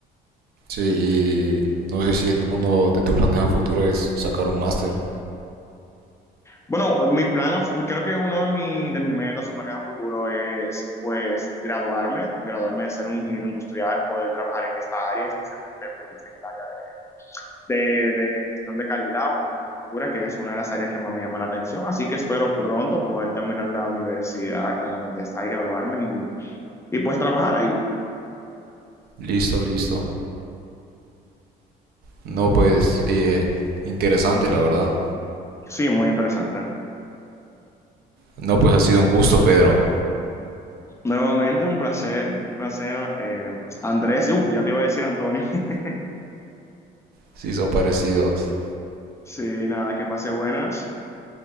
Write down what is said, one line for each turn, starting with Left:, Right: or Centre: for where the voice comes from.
Right: Sí, y no sé si uno de tus planes a futuro es sacar un máster.
Left: Bueno, mi plan, a fu- creo que uno de, mi- de mis metas o planes a futuro es, pues, graduarme, graduarme de ser un ingeniero industrial, poder trabajar en esta área, especialmente, pues, en el área de, de, de gestión de calidad o manufactura, que es una de las áreas que más me llama la atención. Así que espero pronto poder terminar la universidad, claramente está y graduarme y, y pues trabajar ahí.
Right: Listo, listo. No, pues, eh, interesante, la verdad.
Left: Sí, muy interesante.
Right: No, pues ha sido un gusto, Pedro.
Left: Nuevamente, un placer, un placer, eh, Andrés. Uf, ya te iba a decir Antonio. <laughs>
Right: Sí, son parecidos.
Left: Sí, nada, que pase buenas.